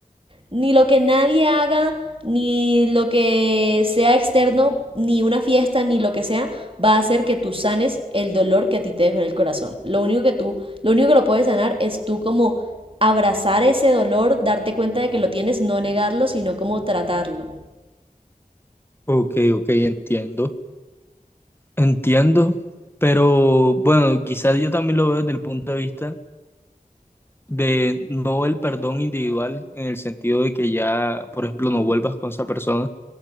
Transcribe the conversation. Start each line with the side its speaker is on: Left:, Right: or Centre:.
Right: ni lo que nadie haga, ni lo que sea externo, ni una fiesta, ni lo que sea, va a hacer que tú sanes el dolor que a ti te dejó en el corazón. Lo único que tú, lo único que lo puedes sanar es tú como abrazar ese dolor, darte cuenta de que lo tienes, no negarlo, sino como tratarlo.
Left: Ok, ok, entiendo. Entiendo. Pero bueno, quizás yo también lo veo desde el punto de vista de no el perdón individual, en el sentido de que ya, por ejemplo, no vuelvas con esa persona.